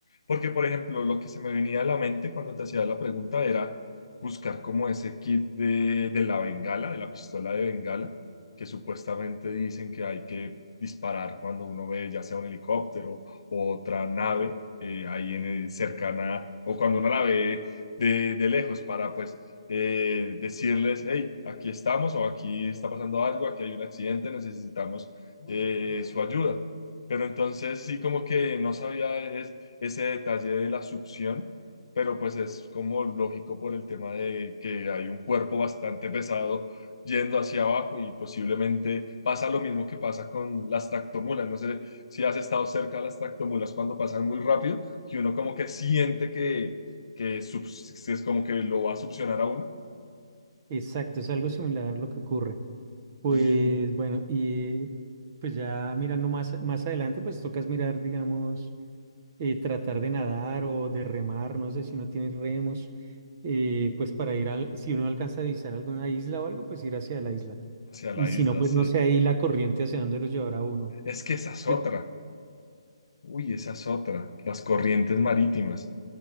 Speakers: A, on the left (about 55°); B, on the right (about 20°).
A: Porque, por ejemplo, lo que se me venía a la mente cuando te hacía la pregunta era buscar como ese kit de, de la bengala, de la pistola de bengala, que supuestamente dicen que hay que disparar cuando uno ve ya sea un helicóptero o otra nave eh, ahí en el- cercana, o cuando uno la ve de, de lejos para pues eh, decirles, hey, aquí estamos o aquí está pasando algo, aquí hay un accidente, necesitamos eh, su ayuda. Pero entonces sí como que no sabía es- ese detalle de la succión, pero pues es como lógico por el tema de que hay un cuerpo bastante pesado yendo hacia abajo y posiblemente pasa lo mismo que pasa con las tractomulas. No sé si has estado cerca de las tractomulas cuando pasan muy rápido, que uno como que siente que, que subs- es como que lo va a succionar a uno
B: Exacto, es algo similar a lo que ocurre. Pues
A: y
B: bueno, y pues ya mirando más, más adelante, pues tocas mirar, digamos, eh, tratar de nadar o de remar, no sé si no tienes remos, eh, pues para ir al, si uno alcanza a visitar alguna isla o algo, pues ir hacia la isla.
A: hacia la
B: Y si
A: isla,
B: no, pues
A: sí.
B: no sé ahí la corriente hacia dónde lo llevará uno.
A: Es que esa es
B: Pues,
A: otra. Uy, esa es otra. Las corrientes marítimas.